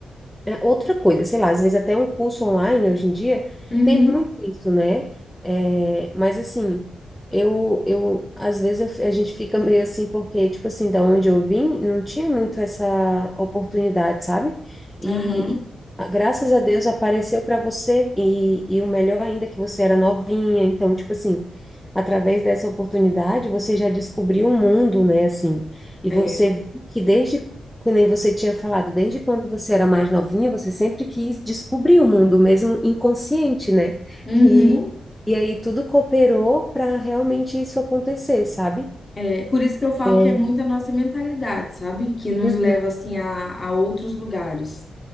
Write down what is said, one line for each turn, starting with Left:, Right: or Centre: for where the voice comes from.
Centre: é outra coisa, sei lá, às vezes até um curso online hoje em dia
Left: uhum,
Centre: tem muito isso, né? É, mas assim, eu, eu às vezes eu- a gente fica meio assim, porque, tipo assim, da onde eu vim, não tinha muito essa oportunidade, sabe? E,
Left: uhum.
Centre: e, ah, graças a Deus apareceu para você, e, e o melhor ainda é que você era novinha, então, tipo assim, através dessa oportunidade, você já descobriu o mundo, né? Assim, e
Left: É,
Centre: você viu que desde que nem você tinha falado, desde quando você era mais novinha, você sempre quis descobrir o mundo, mesmo inconsciente, né?
Left: uhum,
Centre: E, e aí tudo cooperou para realmente isso acontecer, sabe?
Left: é, por isso que eu falo
Centre: É.
Left: que é muito a nossa mentalidade, sabe? Que nos
Centre: Uhum.
Left: leva, assim, a, a outros lugares.